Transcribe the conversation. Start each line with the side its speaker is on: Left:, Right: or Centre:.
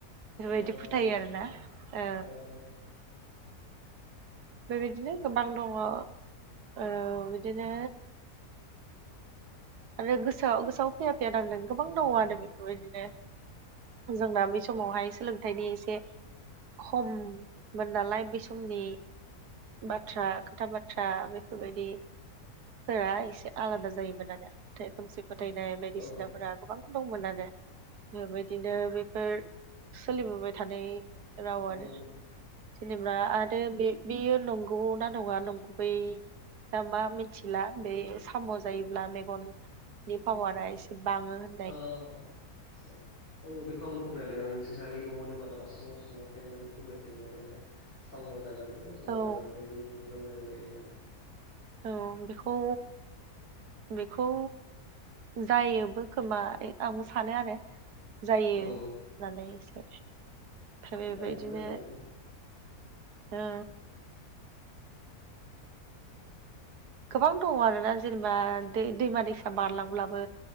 Right: बेफोरबायदि
Left: अ आदसा
Right: फोथायो आरोना औ
Left: अ अ
Right: बेबायदिनो गोबां दङ ओ बिदिनो आरो गोसोआव गोसोआव फैया फैया नांदों गोबां दङ आरो बेफोरबायदिनो जोंना बेै समावहाय सोलोंथाइनि एसे खममोन नालाय बै समनि बाथ्रा खोथा बाथ्रा बेफोरबायदि फोरा एसे आलादा जायोमोन आरो फोथाय खोमसि फोथायनाय बायदिसिनाफोरा
Left: औ
Right: गोबां दंमोन आरो बेबायदिनो बेफोर सोलिबोबाय थानाय राव
Left: गोबां
Right: आरो
Left: दं
Right: जेनेबा आरो बे बेयो नंगौ ना नङा नंगुबै दा मा मिथिला बे साम' जायोब्ला मेगन नि फावारा एसे बाङो होनो
Left: औ आदसा औ बेखौ आंबो खोनादों आं जोंहानि न'आवनो मालाबा समाव संबारथाय माने बेखौ होनबाय थायो माने साम' जानांगौ साम'
Right: औ
Left: जाबाथाय बेफोर मोजां जायो होननानै
Right: औ बेखौ बेखौ जायोबो खोमा आं सानो आरो जायो
Left: औ
Right: होननानै एसे म बे बेबायबायदिनो
Left: जायोबो जानांगौ
Right: औ गोबां दङ आरोना जेनेबा दै-दैमा दैसा बारलांब्लाबो